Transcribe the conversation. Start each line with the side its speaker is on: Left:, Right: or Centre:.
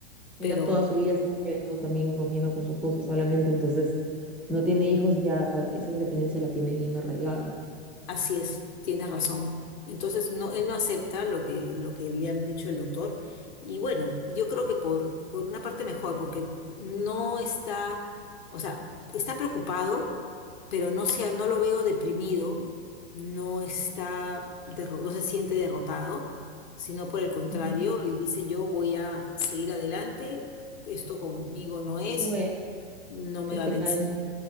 Centre: Era
Left: pero
Centre: toda su vida estaba viviendo también, me imagino, con su esposo solamente, entonces, si no tiene hijos, ya esa independencia la tiene bien arraigada.
Left: Así es, tienes razón. Entonces, no, él no acepta lo que, lo que le han dicho el doctor. Y bueno, yo creo que por, por una parte mejor, porque no está, o sea, está preocupado, pero no sea, no lo veo deprimido, no está, derro- no se siente derrotado, sino por el contrario,
Centre: Ujú.
Left: él dice, yo voy a seguir adelante, esto conmigo no es,
Centre: Qué bueno
Left: no me
Centre: que
Left: va
Centre: tenga
Left: a vencer.
Centre: esa,